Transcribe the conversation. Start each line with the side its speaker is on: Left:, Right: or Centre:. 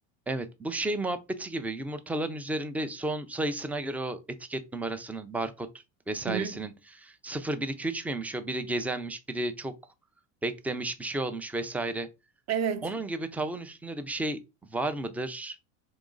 Centre: Evet bu şey muhabbeti gibi yumurtaların üzerinde son sayısına göre o etiket numarasının barkod vesairesinin
Right: Hı hı.
Centre: 0 1 2 3 müymüş o biri gezenmiş biri çok beklemiş bir şey olmuş vesaire.
Right: Evet,
Centre: Onun gibi tavuğun üstünde de bir şey var mıdır?